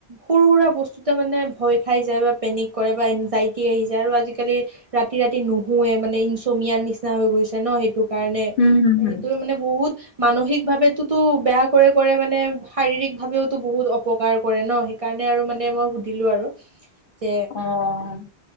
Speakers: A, on the right; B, on the left.
A: সৰু সুৰা বস্তুতে মানে ভয় খাই যায় বা পেনিক কৰে বা এনজাইটি আহি যায় আৰু আজিকালি ৰাতি, ৰাতি নুশুৱে মানে ইনচ'মিয়াৰ নিচিনা হৈ গৈছে ন' সেইটো। কাৰণে
B: উম, হুম,
A: সেইটোৱে
B: হুম,
A: মানে বহুত মানসিক ভাবেতোটো বেয়া কৰে, কৰে মানে শাৰীৰিক ভাৱেয়োটো বহুত অপকাৰ কৰে ন' সেইকাৰণে আৰু মানে মই সুধিলোঁ আৰু। যে
B: অ',